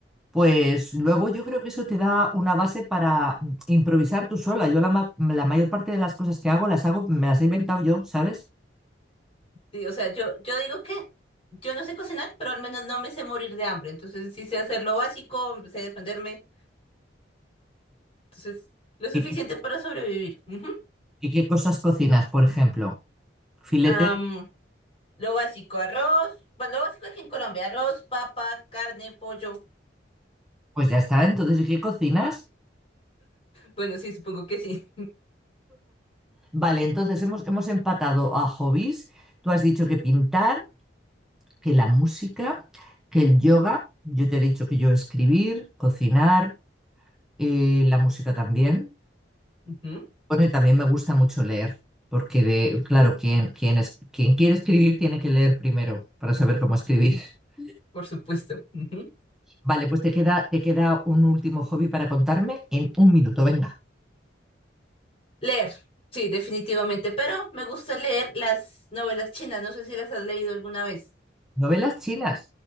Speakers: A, in the centre; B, on the left (about 30°).
A: Pues luego yo creo que eso te da una base para mm, improvisar tú sola. Yo la, ma- la mayor parte de las cosas que hago las hago, me las he inventado yo, ¿sabes?
B: Sí, o sea, yo, yo digo que yo no sé cocinar, pero al menos no me sé morir de hambre. Entonces, sí sé hacer lo básico, sé defenderme. Entonces, lo suficiente
A: ¿Y qué,
B: para sobrevivir. Ujú.
A: y qué cosas cocinas, por ejemplo? Filete,
B: Am, lo básico, arroz. Bueno, lo básico aquí en Colombia, arroz, papa, carne, pollo.
A: pues ya está. Entonces, ¿y qué cocinas?
B: Bueno, sí, supongo que sí.
A: Vale, entonces hemos, hemos empatado a hobbies. Tú has dicho que pintar, que la música, que el yoga. Yo te he dicho que yo escribir, cocinar, eh, la música también.
B: Ujú,
A: Bueno, y también me gusta mucho leer, porque de, claro, quien, quien, es, quien quiere escribir tiene que leer primero para saber cómo escribir. <laughs>
B: Por supuesto. Ujú.
A: Vale, pues te queda, te queda un último hobby para contarme en un minuto, venga.
B: Leer. Sí, definitivamente. Pero me gusta leer las novelas chinas. No sé si las has leído alguna vez.
A: ¿Novelas chinas?